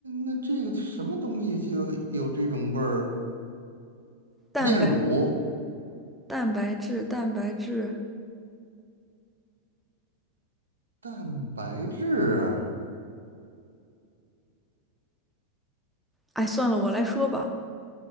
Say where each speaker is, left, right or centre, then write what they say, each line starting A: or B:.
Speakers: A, on the right; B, in the centre.
A: 那这个什么东西就有这种味儿？
B: 蛋白
A: 炼乳、
B: 蛋白质蛋白质，
A: 蛋白质啊，
B: 哎，算了，我来说吧，